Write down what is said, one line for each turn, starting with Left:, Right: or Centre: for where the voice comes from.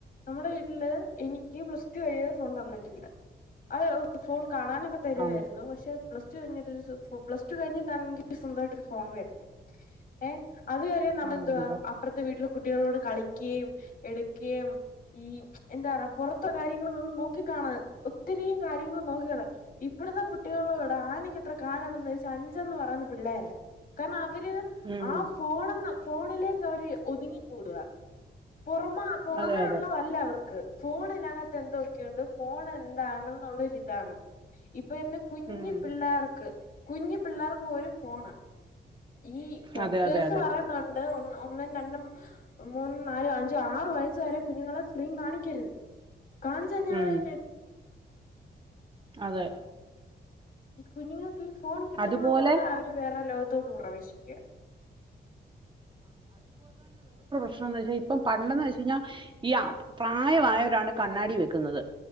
Left: നമ്മുടെ വീട്ടില് എനിക്ക് പ്ലസ് ടു കഴിയാതെ ഫോൺ തന്നിട്ടില്ല അതെ അ ഫോ കാണാനൊക്കെ തരുവാരുന്നു
Right: ആ
Left: പക്ഷെ പ്ലസ്ടു കഴിഞ്ഞിട്ട് ഒരു സൊ പ്ലസ്ടു കഴിഞ്ഞിട്ടാണെനിക്ക് സ്വന്തമായിട്ടൊരു ഫോൺ വരുന്നെ ഏഹ് അതുവരെ നമ്മളെന്തുവാ
Right: ആ അതെ
Left: അപ്പുറത്തെ വീട് കുട്ടികളോട് കളിക്കുകയും എടുക്കുകയും ഈ എന്താ പറ പൊറത്തെ കാര്യങ്ങള് ഒന്ന് നോക്കി കാണാൻ ഒത്തിരിയും കാര്യങ്ങൾ നോക്കിക്കോണെ ഇ ഇവിടുത്തെ കുട്ടികളോട് ആനക്കെ ത്ര കാലൊണ്ട് എന്ന് ചോദിച്ചാ അഞ്ചന്ന് പറയുന്ന പിള്ളേരാ കാരണം അവര്
Right: ഉം
Left: ആ ഫോണുന്ന് ഫോണിലേക്കവര് ഒതുങ്ങിക്കൂടുകാ പുറമ പുറമേ
Right: അതെ അതെ
Left: ഒള്ളതല്ല അവർക്ക് ഫോണിനകത്ത് എന്തൊക്കെയുണ്ട് ഫോണ് ന്താണെന്നുള്ള ഒരു ഇതാണ് ഇ പ്പൊന്നെ കുഞ്ഞി
Right: ഉം
Left: പിള്ളാർക്ക് കുഞ്ഞി പിള്ളാർക്ക് ഒരു ഫോണാ. ഈ ഡോക്ടേഴ്സ്
Right: അതെ അതെ അതെ
Left: പറയുന്നുണ്ട് ഒന്ന് ഒന്നും രണ്ടും മൂന്നും നാലും അഞ്ചു ആറ് വയസ് വരെ കുഞ്ഞുങ്ങളെ സ്ക്രീൻ കാണിക്കരുത്. കാണിച്ചുകഴിഞ്ഞാ അവരയിന
Right: ഉം അതെ
Left: ഈ കുഞ്ഞുങ്ങൾ ഈ ഫോൺ കിട്ടുന്നതോടെ
Right: അതുപോലെ
Left: അവര് വേറെ ലോക് ത്തോട്ട് പ്രവേശിക്കുക
Right: പ്രശ്ണോന്നു വെച്ചാ ഇപ്പം പണ്ടെന്ന് വെച്ച് കഴിഞ്ഞാ ഈ അ പ്രായമായവരാണ് കണ്ണാടി വെക്കുന്നത്